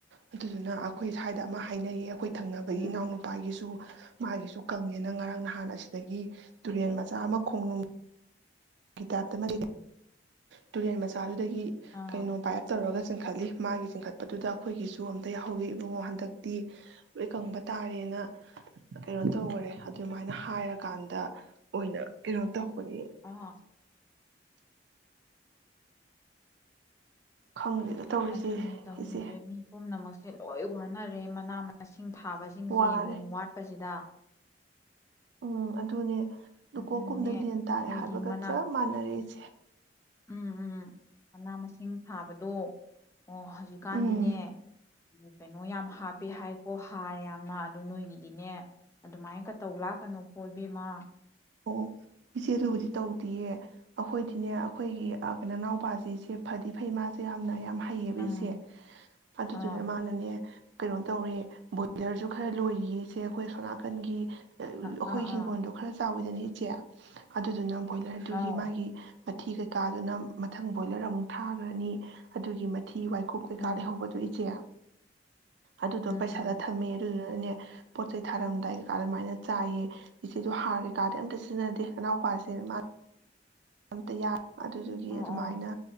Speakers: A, on the right; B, on the left.
A: ꯑꯗꯨꯗꯨꯅ ꯑꯩꯈꯣꯏ ꯁ꯭ꯋꯥꯏꯗ ꯑꯃ ꯍꯥꯏꯅꯩꯌꯦꯕ꯫ ꯈꯣꯏ ꯊꯪꯅꯕꯒꯤ
B: ꯎꯝ
A: ꯏꯅꯥꯎꯅꯨꯄꯥꯒꯤꯁꯨ꯫ ꯃꯥꯒꯤꯁꯨ ꯀꯪꯉꯦꯅ ꯉꯔꯥꯡ ꯅꯍꯥꯟ ꯑꯁꯤꯗꯒꯤ ꯇꯨꯔꯦꯜ ꯃꯆꯥ ꯑꯃ ꯈꯣꯡꯅꯨꯡ꯫ ꯒꯤ ꯇꯇ ꯃꯔꯤ ꯇꯨꯔꯦꯟ ꯃꯆꯥ ꯑꯗꯨ꯫ ꯑꯗꯒꯤ
B: ꯑꯥ
A: ꯀꯩꯅꯣ ꯄꯥꯏꯞ ꯇꯧꯔꯒ ꯆꯤꯡꯈꯠꯂꯤ꯫ ꯃꯥꯒꯤ ꯆꯤꯡꯈꯠꯄꯗꯨꯗ ꯑꯩꯈꯣꯏꯒꯤꯁꯨ ꯑꯝꯇ ꯌꯥꯎꯍꯧꯒꯦ ꯏꯕꯨꯡꯉꯣ ꯍꯟꯗꯛꯇꯤ ꯍꯣꯏ ꯀꯪꯕ ꯇꯥꯔꯦꯅ ꯀꯩꯅꯣ ꯇꯧꯈꯔꯦ ꯑꯗꯨꯃꯥꯏꯅ ꯍꯥꯏꯔꯀꯥꯟꯗ ꯑꯣꯏꯅ ꯀꯩꯅꯣ ꯇꯧꯕꯅꯦ꯫
B: ꯑꯥ‌꯫
A: ꯈꯪꯗꯦꯗ ꯇꯧꯔꯤꯁꯦ
B: ꯑꯗꯨꯅꯤ ꯇꯧꯔꯤꯁꯦ
A: ꯏꯆꯦ
B: ꯃꯤ ꯄꯨꯝꯅꯃꯛ꯫ ꯁꯦ ꯂꯣꯏ ꯋꯥꯅꯔꯦ ꯃꯅꯥ ꯃꯁꯤꯡ꯫ ꯊꯥꯕꯁꯤꯡꯁꯦ
A: ꯋꯥꯔꯦ
B: ꯅꯣꯡ ꯋꯥꯠꯄꯁꯤꯗ꯫
A: ꯎꯝ ꯑꯗꯨꯅꯦ꯫ ꯂꯨꯀꯣꯛ
B: ꯑꯗꯨꯅꯅꯦ
A: ꯀꯨꯝꯗ ꯂꯦꯟ ꯇꯥꯔꯦ
B: ꯅꯣꯏꯗꯤ
A: ꯍꯥꯏꯕꯒ
B: ꯃꯅꯥ
A: ꯆꯞ ꯃꯥꯟꯅꯔꯦ ꯏꯆꯦ꯫
B: ꯎꯝ ꯎꯝ ꯃꯅꯥ ꯃꯁꯤꯡ ꯊꯥꯕꯗꯣ꯫ ꯑꯣ ꯍꯧꯖꯤꯛꯀꯥꯟꯗꯤꯅꯦ꯫
A: ꯎꯝ
B: ꯀꯩꯅꯣ ꯌꯥꯝ ꯍꯥꯞꯄꯦ ꯍꯥꯏꯀꯣ ꯍꯥꯔꯦ ꯌꯥꯝꯅ ꯑꯗꯨ ꯅꯣꯏꯒꯤꯗꯤꯅꯦ ꯑꯗꯨꯃꯥꯏꯅ ꯀ ꯇꯧ ꯂꯥꯛꯀꯅꯨ ꯀꯣꯏꯕꯦꯝꯃ꯫
A: ꯑꯣ ꯏꯆꯦꯗꯨꯕꯨꯗꯤ ꯇꯧꯗꯌꯦ ꯑꯩꯈꯣꯏꯗꯤꯅꯦ ꯑꯩꯈꯣꯏꯒꯤ ꯀꯅꯥ ꯅꯥꯎꯄꯥꯁꯤꯁꯦ ꯐꯗꯤ ꯐꯩ ꯃꯥꯁꯦ ꯌꯥꯝꯅ ꯌꯥꯝ꯫ ꯍꯩꯌꯦꯕ
B: ꯎꯝ
A: ꯏꯁꯦ ꯑꯗꯨꯗꯨꯅ
B: ꯑꯥ
A: ꯃꯥꯅꯅꯦ꯫ ꯀꯩꯅꯣ ꯇꯧꯔꯦ ꯕꯣꯏꯂꯔꯁꯨ ꯈꯔ ꯂꯣꯏꯔꯤꯌꯦꯁꯦ ꯑꯩꯈꯣꯏ ꯁꯣꯅꯥꯀꯟꯒꯤ꯫
B: ꯑꯥ
A: ꯑꯈꯣꯏꯒꯤ
B: ꯑꯥ
A: ꯍꯤꯡꯒꯣꯜꯗꯣ ꯈꯔ꯫ ꯆꯥꯎꯋꯤꯗꯅ ꯏꯆꯦ ꯑꯗꯨꯗꯨꯅ꯫ ꯕꯣꯏꯂꯔꯗꯨꯒꯤ
B: ꯑꯥꯎ
A: ꯃꯥꯒꯤ꯫ ꯃꯊꯤ ꯀꯩꯀꯥꯗꯨꯅ ꯃꯊꯪ ꯕꯣꯏꯂꯔ ꯑꯃꯨꯛ ꯊꯥꯈ꯭ꯔꯅꯤ ꯑꯗꯨꯒꯤ꯫ ꯊꯤ ꯋꯥꯏꯀꯨꯞ ꯀꯩꯀꯥ
B: ꯎꯝ
A: ꯂꯩꯍꯧꯕꯗꯨ ꯏꯆꯦ꯫ ꯑꯗꯨꯗꯣ
B: ꯎꯝ
A: ꯄꯩꯁꯥꯗ
B: ꯎꯝ
A: ꯊꯝꯃꯦ ꯑꯗꯨꯗꯨꯅ꯫ ꯑꯅ‌ꯦ ꯄꯣꯠ ꯆꯩ ꯊꯥꯔꯝꯗꯥꯏ ꯑꯗꯨꯃꯥꯏꯅ ꯆꯥꯏꯌꯦ ꯏꯆꯦꯗ ꯍꯥꯔ꯫ ꯀꯥꯗꯤ ꯑꯝꯇ ꯁꯤꯖꯤꯟꯅꯗꯦ ꯅꯅꯥꯎꯄꯥꯁꯦ ꯃꯥ꯫ ꯑꯝꯇꯌꯥ꯫ ꯑꯗꯨꯗꯨꯒꯤ
B: ꯑꯣ
A: ꯑꯗꯨꯃꯥꯏꯅ꯫
B: ꯑꯣ